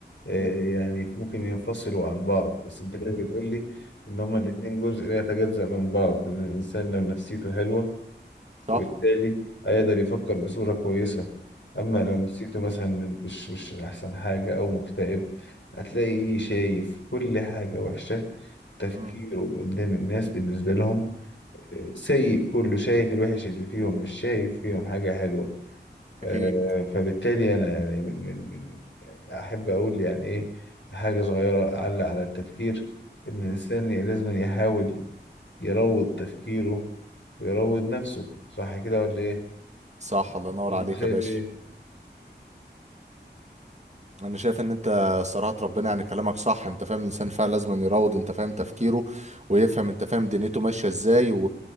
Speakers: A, on the left; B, on the right.
A: آه،
B: مم.
A: يعني ممكن ينفصلوا عن بعض بس انت كده بتقول لي ان هما
B: مم.
A: الاتنين جزء لا يتجزأ من بعض لان الانسان لو نفسيته حلوة
B: صح
A: فبالتالي هيقدر يفكر بصورة كويسة اما
B: مم.
A: لو نفسيته مثلا مش مش احسن حاجة او مكتئب هتلاقيه شايف كل حاجة وحشة تفكيره
B: مم.
A: قدام الناس بالنسبة لهم آه، سيء كله شايف الوحش اللي فيهم مش شايف فيهم حاجة حلوة آه،
B: اكيد
A: فبالتالي انا يعني من من من- يعني احب اقول يعني ايه حاجه صغيره اعلق على التفكير ان الانسان
B: مم.
A: لازم يحاول يروض تفكيره ويروض نفسه صح كده ولا ايه
B: صح الله ينور
A: اللي
B: عليك
A: انت شايف
B: يا باشا
A: ايه
B: انا شايف ان انت صراحة ربنا يعني كلامك صح انت فاهم الانسان فعلا لازم أن يروض انت فاهم تفكيره ويفهم انت فاهم دنيته ماشية ازاي و...